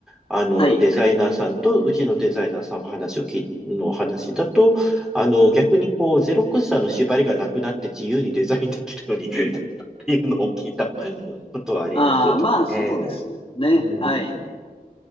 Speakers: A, in the centre; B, on the left.
A: あの、
B: はい。
A: デザイナーさんと、うちのデザイナーさんが話をき、の話だと、あの、逆にこう、ゼロクスさんの縛りがなくなって自由にデザインできるように <laughs> っていうのを聞いたことはあります。
B: ああ、まあ、そうですね。
A: ええ、うん、
B: はい。